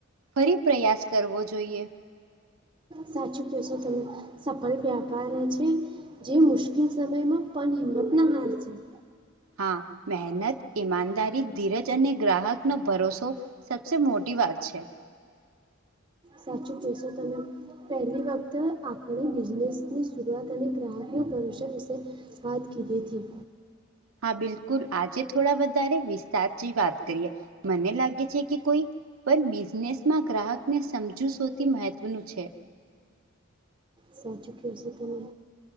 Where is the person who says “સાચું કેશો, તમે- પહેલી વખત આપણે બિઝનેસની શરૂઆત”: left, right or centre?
Right